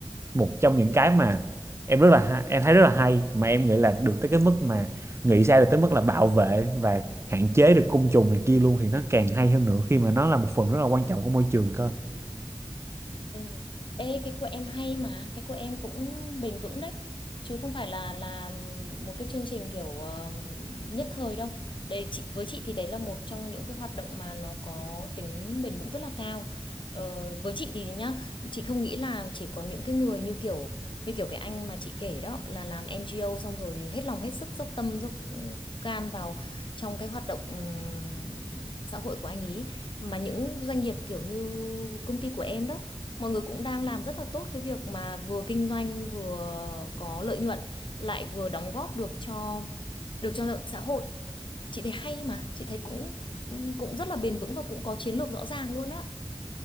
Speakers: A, on the right; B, on the left.
A: một trong những cái mà em rất là ha- em thấy rất là hay mà em nghĩ là được tới cái mức mà nghĩ ra được tới mức là bảo vệ và hạn chế được côn trùng này kia luôn thì nó càng hay hơn nữa khi mà nó là một phần rất là quan trọng của môi trường cơ
B: Ừ. Ê, cái của em hay mà cái của em cũng bền vững đấy chứ không phải là là một cái chương trình kiểu ờ, nhất thời đâu đấy chị với chị thì đấy là một trong những cái hoạt động mà nó có tính bền vững rất là cao ờ, với chị thì nhá chị không nghĩ là chỉ có những cái người như kiểu như kiểu cái anh mà chị kể đó là làm NGO xong rồi hết lòng hết sức dốc tâm dốc can vào trong cái hoạt động ừm, xã hội của anh ý mà những doanh nghiệp kiểu như công ty của em đó mọi người cũng đang làm rất là tốt cái việc mà vừa kinh doanh vừa có lợi nhuận lại vừa đóng góp được cho được cho xã hội chị thấy hay mà chị thấy cũng cũng rất là bền vững và cũng có chiến lược rõ ràng luôn á